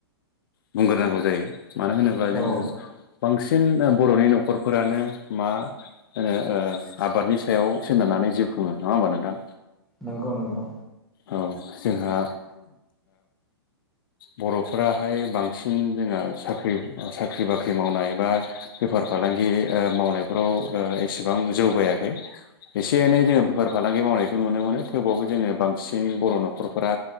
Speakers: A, on the left; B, in the centre.
A: बुंग्रोनांगौ जायो मानो होनोब्ला जोङो
B: औ
A: बांसिन बर'नि न'खरफोरानो मा होनो आबादनि सायाव सोनारनानै जिउ खुङो नङा होमबा नोंथां
B: नंगौ नंगौ
A: औ जोंहा बर'फोराहाय बांसिन जोंङो साख्रि साख्रि बाख्रि मावनाय बा बेफार फालांगि मावनाय फोराव एसेबां जौगायाखै एसे एनै जोङो बेफार फालांगि मावनाय खौ नुनो मोनो थेवबाबबो जोङो बांसिन बर' न'खरफोरा